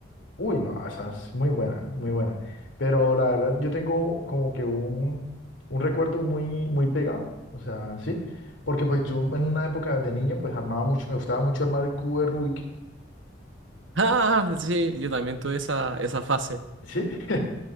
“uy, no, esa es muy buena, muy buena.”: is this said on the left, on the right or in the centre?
Left